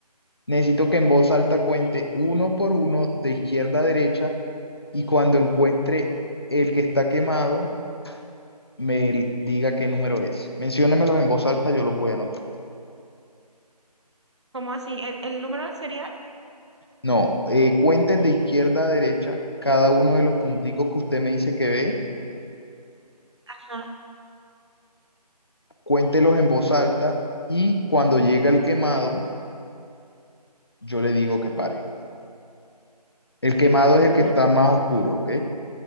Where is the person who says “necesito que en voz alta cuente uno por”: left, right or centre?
Left